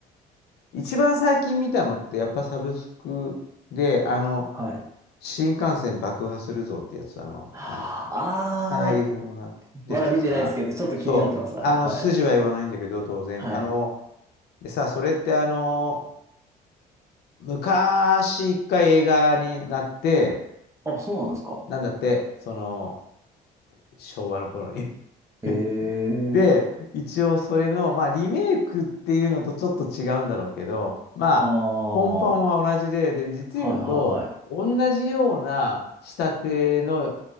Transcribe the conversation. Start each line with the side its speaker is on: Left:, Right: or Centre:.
Left: 一番最近見たのって、やっぱサブスクで、あの、
Right: はい。
Left: 新幹線爆破するぞってやつ、あの、
Right: あー、
Left: なんだっけ、草薙君が出てたやつかな。
Right: まだ見てないですけど、ちょっと気になってます、
Left: そう、
Right: あれ。
Left: あの、
Right: はい。
Left: 筋は言わないんだけど、当然。
Right: はい。
Left: あの、でさ、それってあの、昔一回映画になって、
Right: あ、そうなんですか。
Left: なんだって、その、昭和の頃に
Right: ええ
Left: <laughs> で、一応それの、まあ、リメイクっていうのとちょっと違うんだろうけど、まあ、
Right: ああ、
Left: 根本は同じで、
Right: はい
Left: で、実言うと、
Right: はいはい。
Left: 同じような仕立ての